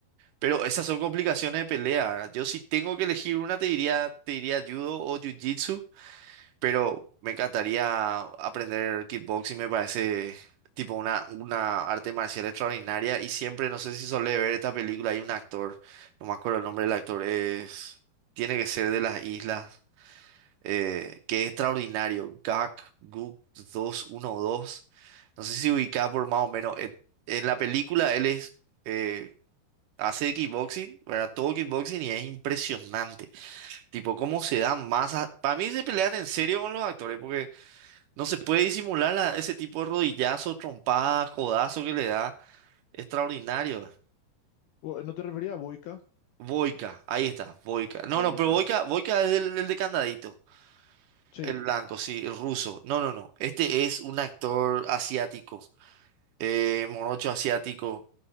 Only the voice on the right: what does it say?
Pero esas son complicaciones de pelea, ¿verdad? Yo si tengo que elegir una, te diría, te diría judo o jiu-jitsu pero me encantaría aprender kickboxing, me parece tipo una, una arte marcial extraordinaria y siempre, no sé si solé ver esta película, hay un actor, no me acuerdo el nombre del actor, es, tiene que ser de las islas, eh, que es extraordinario, Gak Guk 212, no sé si ubicaba por más o menos, eh, en la película él es... eh, Hace kickboxing, ¿verdad? Todo kickboxing y es impresionante. Tipo, cómo se dan masas. Para mí se pelean en serio con los actores, porque no se puede disimular la- ese tipo de rodillazo, trompada, codazo que le da. Extraordinario.
Boica, ahí está, Boica.
No, no, pero Boica, Boica es el, el de candadito.
El blanco, sí, el ruso. No, no, no. Este es un actor asiático. Eh, morocho asiático.